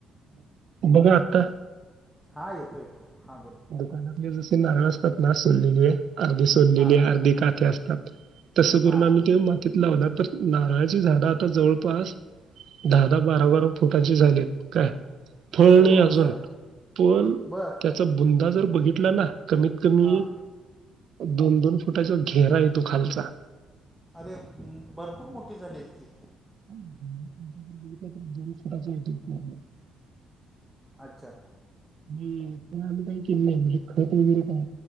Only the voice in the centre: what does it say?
हा येतो येतो हा.
हां
हां
हो
अच्छा
बर
हां
अरे भरपूर मोठी झालीआहेत की.
अच्छा